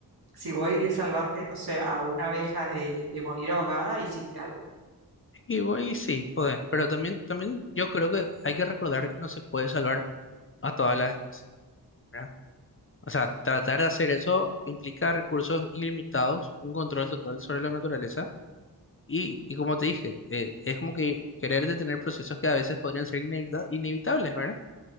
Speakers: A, on the right; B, on the left.
A: si voy y le salvaste, no sé, a una abeja de, de morir ahogada, hiciste algo.
B: Y, voy sí, pues, pero también, también yo creo que hay que recordar que no se puede salvar a todas las especies, ¿verdad? O sea, tratar de hacer eso implica recursos ilimitados, un control total sobre la naturaleza Y, y como te dije, eh, es como que querer detener procesos que a veces podrían ser inevita- inevitables, ¿verdad?